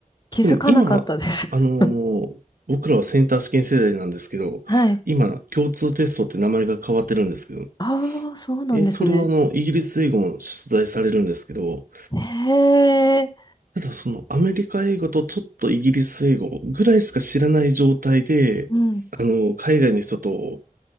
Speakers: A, on the right (about 80°); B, on the left (about 30°).
A: 特に今、
B: 気づかなかったです。
A: あの、
B: <laughs>
A: 僕らはセンター試験世代なんですけど、
B: はい。
A: 今、共通テストって名前が変わってるんですけど、
B: ああ、そうなんですね。
A: え、それはあの、イギリス英語も出題されるんですけど、
B: へえ、
A: ただそのアメリカ英語とちょっとイギリス英語ぐらいしか知らない状態で、
B: うん。
A: あの、海外の人と